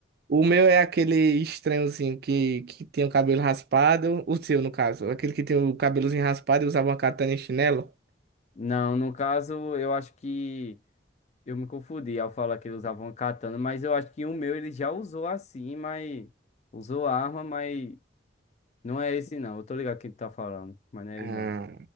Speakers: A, on the right; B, on the left.
A: O meu é aquele estranhozinho que, que tem o cabelo raspado. O seu, no caso. Aquele que tem o cabelozinho raspado e usava uma katana e chinelo.
B: Não, no caso, eu acho que... Eu me confundi ao falar que ele usava uma katana, mas eu acho que o meu ele já usou assim, mas usou a arma, mas não é esse não. Eu tô ligado quem tu tá falando, mas não é
A: Ah,
B: ele não.